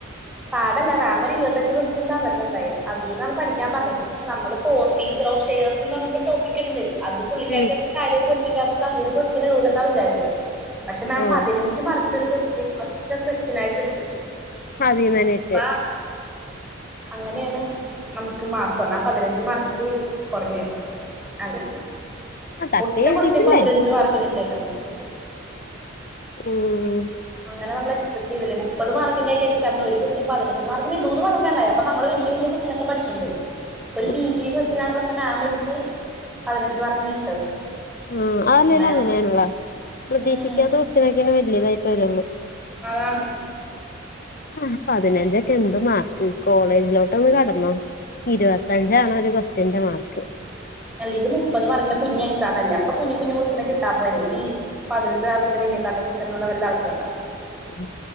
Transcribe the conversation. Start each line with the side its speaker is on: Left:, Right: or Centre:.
Centre: പാടല്ല മാം ഒര് ഇരുപത്തഞ്ച് കൊസ്റ്റ്യൻ തന്നിട്ടുണ്ടായിരുന്നു അതീന്നാണ് പഠിക്കാൻ പറഞ്ഞേച്ചേ പക്ഷെ നമ്മള് ഫോർ ഫീച്ചർ ഓഫ് ഷെയേസ് ന്നും പറഞ്ഞോണ്ട് ഒരു ട്ടോപ്പിക്ക്ണ്ട് അതു പുള്ളികാരിക്ക്
Left: ഉം
Centre: അത്ര കാര്യമായിട്ട് പഠിപ്പികാത്തോണ്ട് അതീന്നു കൊസ്റ്റിയൻ ഇടൂല എന്നാ വിചാരിച്ചത് പക്ഷേ മാം
Left: ഓഹ്
Centre: പതിന ഞ്ച് മാർക്കിന്റെ ഒരു ക്വസ്റ്റൻ ഒറ്റ ക്വസ്റ്റ്യനായിട്ടു ഇട്ട്
Left: അതീന്നന്നെ ഇട്ട്
Centre: അപ്പ അങ്ങനെയാണ് നമുക്ക് മാർക്ക് വന്ന പതിനഞ്ചു മാർക്കില് കുറഞോയി കുറച്ചു അതനെ
Left: ആഹ് തട്ടി
Centre: ഒറ്റ
Left: എഴുതിട്ടില്ലേ
Centre: കൊസ്റ്റൻ പതിനഞ്ച് മാർക്കിനിട്ടേക്കണ്
Left: ഉം..
Centre: അങ്ങന നമ്മൾ എക്സപ്റ്റെയ്തില്ല മുപ്പത് മാർകിന്റെകെ എക്സാമിന് ഒരു കോസ്റ്റിൻ പതിനഞ്ച് മാർക്കിന് ഇടുന്നു പറഞ്ഞിട്ടുണ്ടായെ അപ്പം നമ്മള് വല്യ വല്യ കോസ് അങ്ങനെയൊക്കെ പഠിച്ചിണ്ട്
Left: മം
Centre: ഒരു പീക്കിരി ക്വസ്റ്റിനാണ് പക്ഷെ മാം എടുത്ത് പതിനഞ്ച് മാർക്കിന്‌ ഇട്ടത്
Left: ഉം അതല്ലേലും
Centre: അങ്ങനെ
Left: അങ്ങനെയാണെടാ പ്രതീക്ഷിക്കാത്ത
Centre: ഉം
Left: കോസ്റ്റിനൊക്കെയാണ് വലുത് തരുള്ളൂ
Centre: അതാണ്
Left: ആഹ് പതിനഞ്ചൊക്കെ എന്ത് മാർക്ക് കോളേജിലോട്ടുന്നു കടന്നൊ ഇരുപത്തഞ്ചാണ് ഒരു ക്വസ്റ്റ്യന്റെ മാർക്ക്
Centre: അല്ല ഇത് മുപ്പത് മാർക്കിന്റെ കുഞ്ഞു എക്സാം അല്ലേ അപ്പൊ കുഞ്ഞു കുഞ്ഞു കോസ്റ്റിനൊക്കെ ഇട്ടാ പോരെ ഇ, അപ്പ പതിനഞ്ചു മാർക്കിന്റെ വല്യ കാട്ട <unintelligible> വല്ല ആവശ്യോണ്ട
Left: ഉം